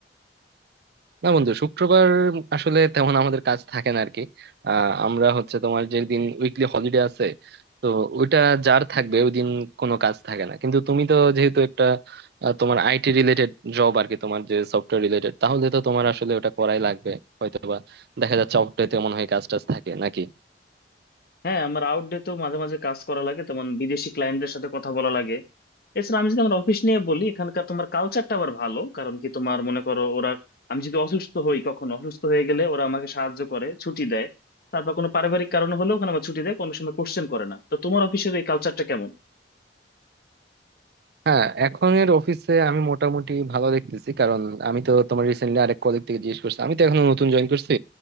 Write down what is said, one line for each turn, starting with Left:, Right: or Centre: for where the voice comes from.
Right: না বন্ধু শুক্রবার আসলে তেমন আমাদের কাজ থাকে না আরকি আহ আমরা হচ্ছে তোমার যে দিন উইকলি হলিডে আছে তো ওইটা যার থাকবে ওই দিন কোনো কাজ থাকে না কিন্তু তুমি তো যেহেতু একটা আহ, তোমার আইটি রিলেটেড জব আর কি তোমার যে সফটওয়্যার রিলেটেড তাহলে তো তোমার আসলে ওটা করাই লাগবে হয়তো বা দেখা যাচ্ছে অফ ডেতে মনে হয় কাজ টাজ থাকে নাকি
Left: হ্যাঁ আমার আউটডে তো মাঝে মাঝে কাজ করা লাগে তেমন বিদেশি ক্লায়েন্টদের সাথে কথা বলা লাগে এছাড়া আমি যদি আমার অফিস নিয়ে বলি এখানকার তোমার কালচারটা আবার ভালো কারণ কি তোমার মনে করো ওরা আমি যদি অসুস্থ হই কখনো অসুস্থ হয়ে গেলে ওরা আমাকে সাহায্য করে ছুটি দেয় তারপর কোনো পারিবারিক কারণ হলেও ওখানে আমার ছুটি দেয় কোনো সময় কোশ্চেন করে না তো তোমার অফিসের এই কালচারটা কেমন
Right: হ্যাঁ এখনের অফিসে আমি মোটামুটি ভালো দেখতেছি কারণ আমি তো তোমার রিসেন্টলি আরেক কলিগ থেকে জিজ্ঞেস করছি আমি তো এখনো নতুন জয়েন করছি